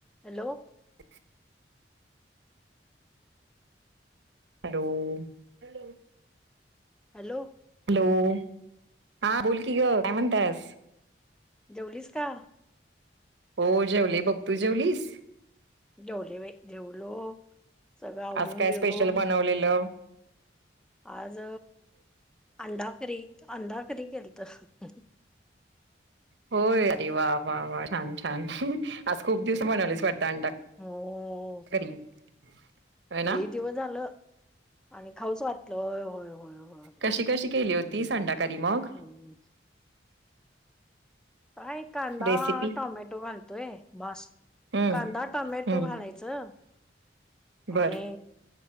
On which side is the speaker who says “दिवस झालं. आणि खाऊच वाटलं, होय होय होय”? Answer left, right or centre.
Centre